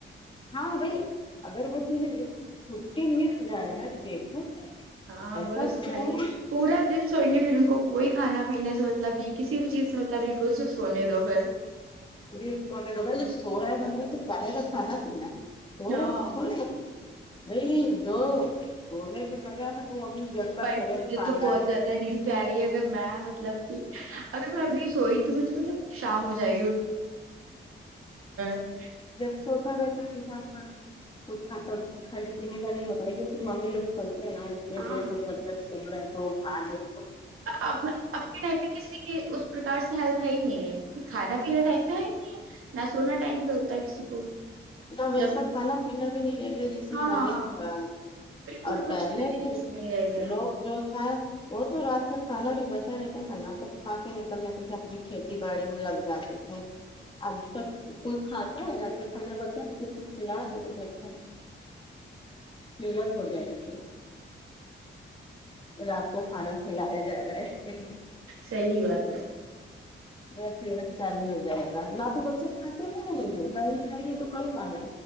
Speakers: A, on the left; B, on the right.
A: ہاں بھائی اگر وہ تجے چھٹی مل جائے نا تو دیکھو
B: ہاں
A: ایسا
B: بس
A: سو
B: بھائی پورا دن سوئیں گے پھر ان کوئی کھانا پینے سے مطلب نہیں کسی بھی چیز سے مطلب نہیں ان کو صرف سونے دو پھر
A: یہ دو بھائی جب سو رہا ہے بندا رہا تو پاہے گا کھانا پینا سو
B: ہاں
A: رہا ہے تو تھوڑے ب نہیں دو رونے تو مزہ ہے وہ ابھی جگ کر
B: بھائی
A: چلے
B: مجھے
A: کھانا
B: تو بہت
A: ہے
B: زیادہ نیند پیاری ہے اگر میں مطلب کہ اگر میں ابھی سوئی تو مجھے مطلب شام ہو جائے گی <unintelligible>
A: جب سوتا رہتا ہے انسان میں تو کھاتا کھانے پینے کا نہیں ہوتا لیکن پھر ممی لوگ سوچتے ہیں نا یہ
B: ہاں
A: دیر تک لڑکا سو رہا تو اٹھا دے لاؤ
B: آپ اب کے ٹائم پہ کسی کی اس پرکار سے ہیلتھ ہے ہی نہیں ہے کیونکہ کھانا پینے ٹائم پہ ہے ہی نہیں ہے نہ سونا ٹائم پہ ہوتا ہے کسی کو
A: نہ ویسا
B: جب
A: کھانا پینا بھی نہیں رہے گا جیسے
B: ہاں
A: پہلے تھا
B: بالکل
A: اور
B: کچھ
A: پہلے
B: جیسے نہیں رہ گیا
A: لوگ
B: ہے،
A: جو تھا وہ تو رات میں کھانا بھی بچا رہتا تھا نا تو کھا کے نکل جاتا اپنی کھیتی باڑی میں لگ جاتے تھے ابھی کا کوئی کھاتا ہے رات کھانا ب کھلا دو تو دیکھو کلت ہو جائے گی رات کو کھانا کھلایا جا رہا ہے
B: صحیح بات ہے
A: بچڑن چالی ہو جائے گا نہ تو بچے کھاتے ہی کہ نہیں تو کل کہاں